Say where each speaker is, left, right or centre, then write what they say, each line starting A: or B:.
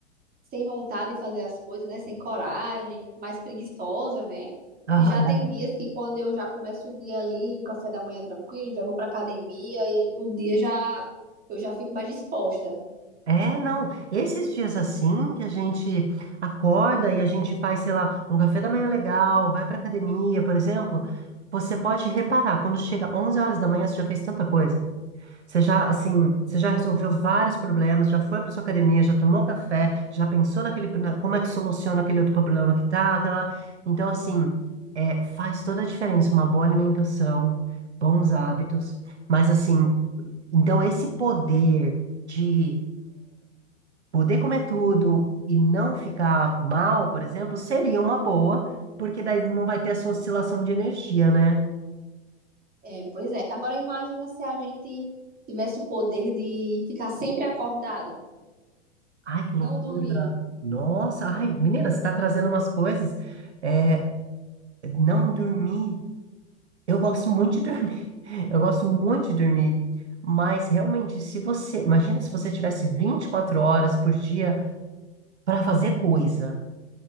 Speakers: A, on the right (about 25°); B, on the right (about 70°).
A: sem vontade de fazer as coisas, né, sem coragem, mais preguiçosa, né?
B: Aham,
A: E já tem
B: dá-
A: dias que quando eu já começo o dia ali, o café da manhã tranquilo, já vou para academia e o dia já eu já fico mais disposta.
B: É, não. Esses dias assim que a gente acorda e a gente faz, sei lá, um café da manhã legal, vai pra academia, por exemplo, você pode reparar, quando chega 11 horas da manhã, você já fez tanta coisa. Você já, assim, você já resolveu vários problemas, já foi para sua academia, já tomou café, já pensou naquele, na- como é que soluciona aquele outro problema que tá, aquela... Então, assim, é, faz toda a diferença uma boa alimentação, bons hábitos, mas, assim, então esse poder de poder comer tudo e não ficar mal, por exemplo, seria uma boa, porque daí não vai ter essa oscilação de energia, né?
A: É, pois é. Agora imagina se a gente tivesse o poder de ficar sempre acordado.
B: Ai, que
A: Não
B: loucura!
A: dormir.
B: Nossa, ai, menina, você está trazendo umas coisas. É, não dormir. Eu gosto muito de dormir. <laughs> Eu gosto muito de dormir. Mas realmente, se você. Imagina se você tivesse 24 horas por dia para fazer coisa.